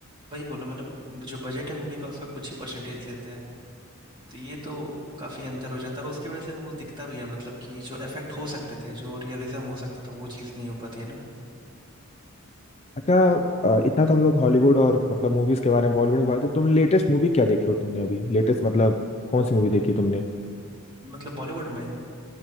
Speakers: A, on the right; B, on the left.
A: वही बोल रहे हैं मतलब जो बजट है मूवी का उसका कुछ ही परसेंटेज लेते हैं तो ये तो काफी अंतर हो जाता है उसके वजह से वो दिखता भी है मतलब कि जो इफेक्ट हो सकते थे जो रियलिज्म हो सकता था वो चीज़ नहीं हो पाती है ना
B: अच्छा अ, इतना तो हम लोग हॉलीवुड और मतलब मूवीज के बारे में बॉलीवुड के बारे में तो तुम लेटेस्ट मूवी क्या देखी हो तुमने अभी लेटेस्ट मतलब कौन सी मूवी देखी तुमने
A: मतलब बॉलीवुड में